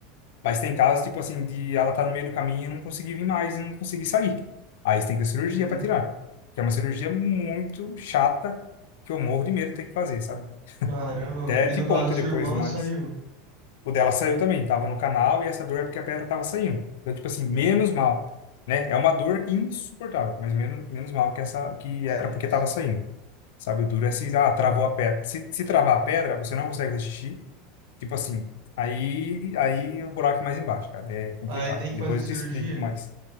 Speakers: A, on the left (about 70°); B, on the right (about 70°).
A: Mas tem casos, tipo assim, de ela tá no meio do caminho e não conseguir vir mais e não conseguir sair. Aí você tem que fazer cirurgia
B: Uhum.
A: pra tirar. Que é uma cirurgia muito chata que eu morro de medo de ter que fazer, sabe?
B: Caramba,
A: Até
B: mano. E
A: te
B: no
A: conto
B: caso da sua
A: depois
B: irmã,
A: mais.
B: saiu.
A: O dela saiu também, tava no canal e essa dor é porque a pedra tava saindo. Então, tipo assim, menos mal, né? É uma dor insuportável, mas menos, menos mal que essa que
B: Sim,
A: era porque tava
B: sim.
A: saindo. Sabe, o duro é se ah, travou a pedra. Se, se travar a pedra, você não consegue fazer xixi. Tipo assim, aí aí o buraco é mais embaixo, cara. É complicado.
B: Aí tem que
A: Depois
B: fazer cirurgia?
A: eu te explico, mas